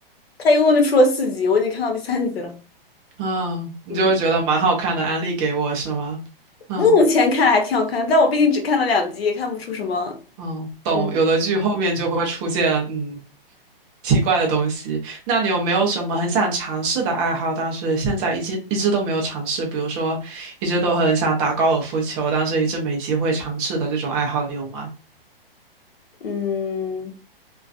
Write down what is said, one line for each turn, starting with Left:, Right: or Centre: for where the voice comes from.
Left: 他一共就出了四集，我已经看到第三集了，
Right: 嗯，你就觉得蛮好看的，
Left: 嗯，
Right: 安利给我是吗？嗯
Left: 目前看来还挺好看的，但我毕竟只看了两集，也看不出什么。
Right: 嗯，懂。
Left: 嗯。
Right: 有的剧后面就会出现嗯奇怪的东西。那你有没有什么很想尝试的爱好，但是现在一直一直都没有尝试？比如说，一直都很想打高尔夫球，但是一直没机会尝试的这种爱好有吗？
Left: 嗯，